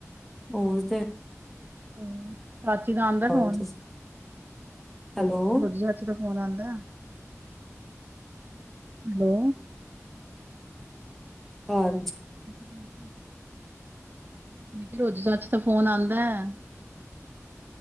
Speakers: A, in the centre; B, on the right.
A: ਹੋਰ ਤੇ
B: ਹੋ ਚਾਚੀ ਦਾ ਆਦਾ
A: ਸੁਣਾਓ
B: ਫੋਨ
A: ਤੁਸੀਂ ਹੈਲੋ,
B: ਦੁਜੀ ਚਚੀ ਦਾ ਫੋਨ ਆਦਾ। <unintelligible> ਹੈਲੋ,
A: ਹਾਂ,
B: ਹੂੰ, <unintelligible> ਮੈ ਕਿਹਾ ਰੋਜੀ ਚਾਚੀ ਤਾਂ ਫੋਨ ਆਦਾ ਐ,